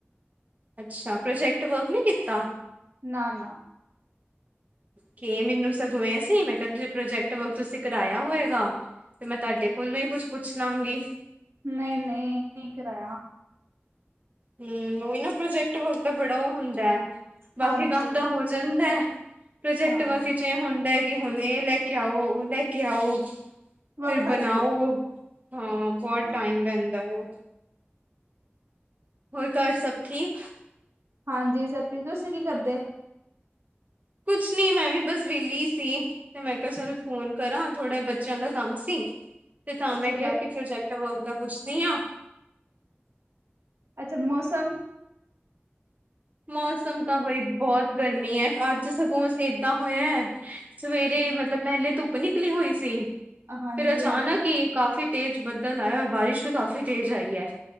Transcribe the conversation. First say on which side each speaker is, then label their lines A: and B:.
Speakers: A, on the right; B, on the right.
A: ਅੱਛਾ, ਪ੍ਰੋਜੈਕਟ ਵਰਕ ਨਹੀਂ ਕੀਤਾ?
B: ਨਾ -ਨਾ।
A: ਕਿ, ਮੈਨੂੰ ਸਗੋਂ ਏ ਸੀ, ਮੈਂ ਕਿਹਾ ਜ ਪ੍ਰੋਜੈਕਟ ਵਰਕ ਤੁਸੀਂ ਕਰਾਇਆ ਹੋਏਗਾ? ਤੇ, ਮੈਂ ਤੁਹਾਡੇ ਕੋਲੋਂ ਹੀ, ਕੁਛ ਪੁੱਛ ਲਵਾਂਗੀ।
B: ਨਹੀਂ -ਨਹੀਂ, ਨਹੀਂ ਕਰਾਇਆ।
A: ਹਮ, ਉਹੀ ਨਾ ਪ੍ਰੋਜੈਕਟ ਵਰਕ ਦਾ ਬੜਾ ਉਹ ਹੁੰਦਾ, ਬਾਕੀ
B: ਹਾਂਜੀ
A: ਕੰਮ ਤਾਂ ਹੋ ਜਾਂਦਾ, ਪ੍ਰੋਜੈਕਟ
B: ਹਾਂ
A: ਵਰਕ ਚ ਏ ਹੁੰਦਾ ਕਿ, ਹੁਣ ਇਹ ਲੈ ਕੇ ਆਓ, ਉਹ ਲੈ ਕੇ ਆਓ,
B: ਵਖਤ
A: ਫਿਰ ਬਣਾਓ।
B: ਹੀ ਹੈ
A: ਹਾਂ, ਬਹੁਤ
B: ਹਾਂ
A: ਟਾਈਮ ਲੈਂਦਾ ਉਹ। ਹੋਰ, ਘਰ ਸਭ ਠੀਕ?
B: ਹਾਂਜੀ, ਸਭ ਠੀਕ, ਤੁਸੀਂ ਕੀ ਕਰਦੇ?
A: ਕੁਛ ਨੀ, ਮੈਂ ਵੀ ਬਸ ਵਿਹਲੀ ਸੀ। ਤੇ ਮੈਂ ਕਿਹਾ, ਚੱਲ ਫੋਨ ਕਰਾਂ ਥੋੜਾ ਬੱਚਿਆਂ ਦਾ ਕੰਮ ਸੀ, ਤੇ ਤਾਂ
B: ਅੱਛਾ
A: ਮੈਂ ਕਿਹਾ
B: ਤੇ
A: ਕਿ ਪ੍ਰੋਜੈਕਟ ਵਰਕ ਦਾ ਪੁੱਛਦੀ ਹਾਂ।
B: ਅੱਛਾ, ਮੌਸਮ।
A: ਮੌਸਮ ਤਾਂ ਬਈ ਬਹੁਤ ਗਰਮੀ ਹੈ, ਅੱਜ ਸਗੋਂ ਏਦਾਂ ਹੋਇਆ। ਸਵੇਰੇ ਮਤਲਬ, ਪਹਿਲੇ ਧੁੱਪ ਨਿਕਲੀ ਹੋਈ ਸੀ।
B: ਹਾਂਜੀ
A: ਫਿਰ ਅਚਾਨਕ
B: ਹਾਂਜੀ
A: ਹੀ, ਕਾਫ਼ੀ ਤੇਜ਼ ਬੱਦਲ ਆਇਆ, ਔਰ ਬਾਰਿਸ਼ ਵੀ ਕਾਫ਼ੀ ਤੇਜ਼ ਆਈ ਹੈ।